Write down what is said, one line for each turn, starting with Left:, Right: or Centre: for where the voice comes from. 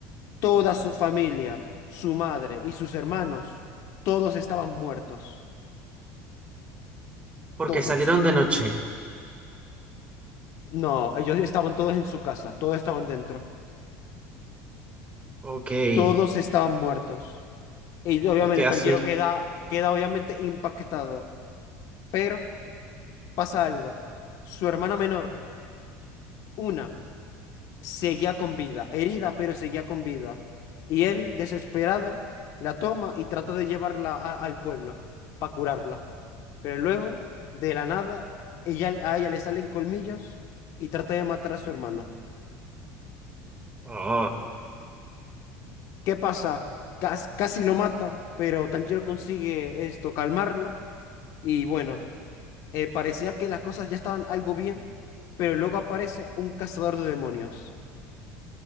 Left: Toda su familia, su madre y sus hermanos, todos estaban muertos.
Right: Porque
Left: Todos.
Right: salieron de noche.
Left: No, ellos estaban todos en su casa, todos estaban dentro.
Right: Ok. ¿Y
Left: Todos estaban muertos. Y obviamente
Right: qué
Left: Tanjiro
Right: hace él?
Left: queda, queda obviamente impactado. Pero pasa algo. Su hermana menor, una. seguía con vida, herida, pero seguía con vida. Y él, desesperado, la toma y trata de llevarla a- al pueblo para curarla. Pero luego, de la nada, ella, a ella le salen colmillos y trata de matar a su hermano.
Right: Oh,
Left: ¿Qué pasa? Cas- casi lo mata, pero Tanjiro consigue esto, calmarla. Y bueno, eh, parecía que las cosas ya estaban algo bien, pero luego aparece un cazador de demonios